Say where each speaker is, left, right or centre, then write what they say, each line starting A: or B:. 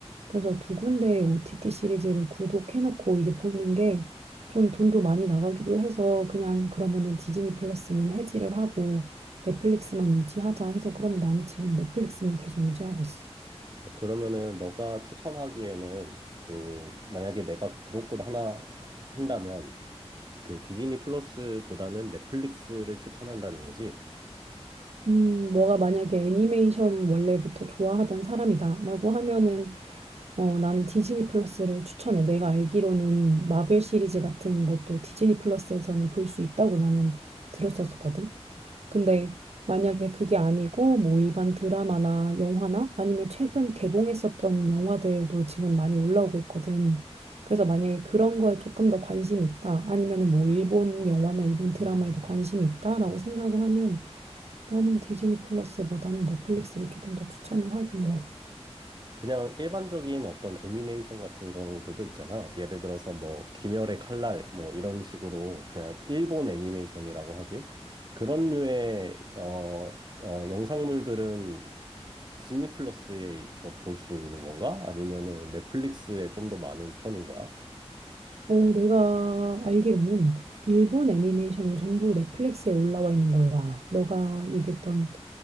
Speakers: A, on the right (about 70°); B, on the right (about 40°).
A: 그래서 두 군데의 OTT 시리즈를 구독해놓고 이게 보는 게 좀 돈도 많이 나가기도 해서 그냥 그러면은 디즈니 플러스는 해지를 하고 넷플릭스만 유지하자 해서 그러면 나는 지금 넷플릭스는 계속 유지하고 있어.
B: 뭐 그러면은 너가 추천하기에는 그 만약에 내가 구독을 하나 하- 한다면 그 디즈니 플러스보다는 넷플릭스를 추천한다는 거지.
A: 음, 너가 만약에 애니메이션을 원래부터 좋아하던 사람이다라고 하면은 어, 나는 디즈니 플러스를 추천해. 내가 알기로는 마블 시리즈 같은 것도 디즈니 플러스에서는 볼 수 있다고 나는 들었었거든. 근데 만약에 그게 아니고 뭐 일반 드라마나 영화나 아니면 최근 개봉했었던 영화들도 지금 많이 올라오고 있거든. 그래서 만약에 그런 거에 조금 더 관심이 있다. 아니면은 뭐 일본 영화나 일본 드라마에도 관심이 있다라고 생각을 하면 나는 디즈니 플러스보다는 넷플릭스를 조금 더 추천을 하기는 해.
B: 그냥 일반적인 어떤 애니메이션 같은 경우들도 있잖아. 예를 들어서 뭐 귀멸의 칼날 뭐 이런 식으로 그냥 일본 애니메이션이라고 하지. 그런 류의 어, 어, 영상물들은 디즈니 플러스에서 볼 수 있는 건가? 아니면은 넷플릭스에 좀 더 많은 편인 거야?
A: 어, 내가 알기로는 일본 애니메이션은 전부 넷플릭스에 올라와 있는 걸로 알아. 너가 얘기했던